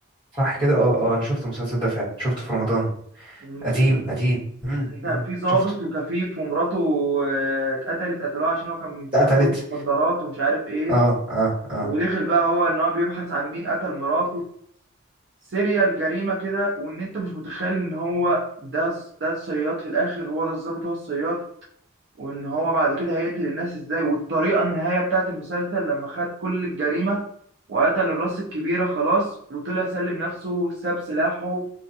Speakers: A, on the right; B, on the right.
A: صح كده اه اه انا شفت المسلسل ده فعلا شفته في رمضان
B: المسلسل
A: قديم قديم امم
B: كان
A: امم
B: في ضابط
A: شفته
B: وكفيف ومراته آه، اتقتلت قتلوها عشان هو كان
A: اتقتلت
B: في عصابة مخدرات ومش عارف ايه
A: اه اه اه
B: ودخل بقى هو ان هو بيبحث عن مين قتل مراته سيريال جريمة كده وان انت مش متخيل ان هو ده ده الصياد في الاخر هو ده الضابط هو الصياد وان هو بعد كده هيقتل الناس ازاي والطريقة النهاية بتاعت المسلسل لما خد كل الجريمة وقتل الراس الكبيرة خلاص وطلع سلم نفسه ساب سلاحه